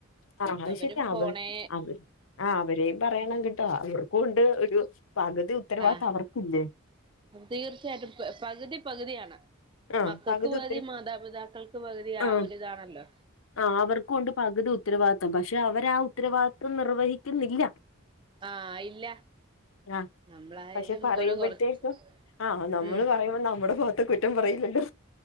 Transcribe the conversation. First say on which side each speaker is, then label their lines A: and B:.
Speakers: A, on the left (about 70°); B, on the right (about 20°).
A: ആഹ് അത്
B: അവരും
A: ശരിയാ
B: ഫോണേ
A: അവൻ അവര് ആഹ് അവരെയും പറയണം കേട്ടോ. അവർക്കും ഉണ്ട് ഒരു പകുതി ഉത്തരവാദിത്തം
B: ആഹ്
A: അവർക്കും ഇല്ലേ?
B: തീർച്ചയായിട്ടും പ പകുതി പകുതിയാണ്.
A: ആഹ്
B: മക്കക്ക് പകുതി
A: ഉത്തര
B: മാതാപിതാക്കൾക്ക് പകുതി ആ
A: ആഹ്
B: ഒരിതാണല്ലോ.
A: ആഹ് അവർക്കും ഉണ്ട് പകുതി ഉത്തരവാദിത്തം. പക്ഷേ അവര് ആ ഉത്തരവാദിത്തം നിർവഹിക്കുന്നില്ല.
B: ആഹ് ഇല്ല.
A: ആഹ്
B: നമ്മളായാലും
A: പക്ഷെ പറയുമ്പഴ്ത്തേക്കും
B: ഒരു കൊറച്ച്
A: ആ നമ്മള്
B: ഉം
A: പറയുമ്പം നമ്മടെ മുഖ ട്ടും പറയില്ലല്ലോ